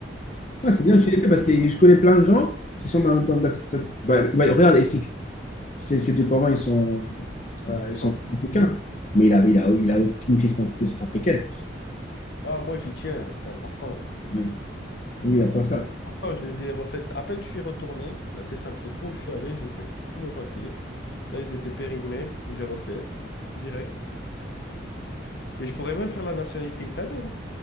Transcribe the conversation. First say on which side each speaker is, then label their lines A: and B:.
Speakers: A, on the left; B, on the left.
A: Ouais,
B: J'ai
A: c'est bien
B: tout.
A: que tu l'aies
B: euh,
A: fait parce que je connais plein de gens qui sont dans, dans- dans cette- bah, bah, regarde FX, ses, ses deux parents ils sont euh, ils
B: sans-
A: sont africains, mais il a, il a, il a aucune pièce d'identité centrafricaine.
B: Ah, moi, j'y tiens, c'est important.
A: Ouais. Oui, il n'a pas ça.
B: Pourtant, je les ai refaites. À peine je suis retourné, bah, c'est simple. Les fois où je suis allé, j'ai fait tous mes papiers. Là, ils étaient périmés, j'ai refait direct. Et je pourrais même faire la nationalité italienne.